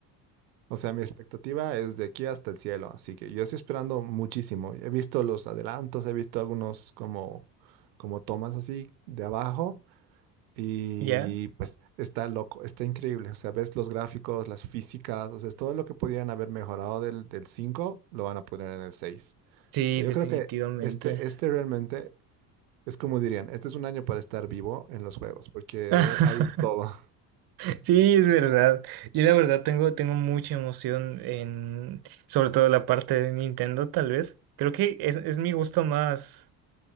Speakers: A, on the right; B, on the right.
A: O sea, mi expectativa es de aquí hasta el cielo, así que yo estoy esperando muchísimo. He visto los adelantos, he visto algunos como, como tomas así de abajo Y
B: ¿Ya?
A: pues está loco, está increíble. O sea, ves los gráficos, las físicas, o sea, es todo lo que podían haber mejorado del, del 5 lo van a poner en el seis
B: Sí,
A: Yo
B: definitivamente.
A: creo que este, este realmente es como dirían, este es un año para estar vivo en los juegos, porque
B: <laughs>
A: re- hay de todo. <laughs>
B: Sí, es verdad. Yo la verdad tengo, tengo mucha emoción en, sobre todo la parte de Nintendo, tal vez. Creo que es, es mi gusto más,